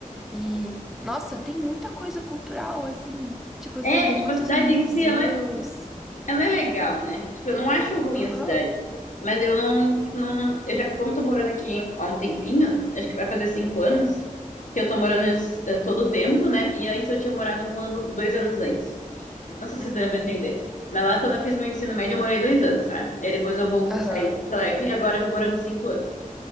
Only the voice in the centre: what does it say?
E, nossa, tem muita coisa cultural, assim, tipo assim,
muitos
museus.
Aham,
uhum,
aham.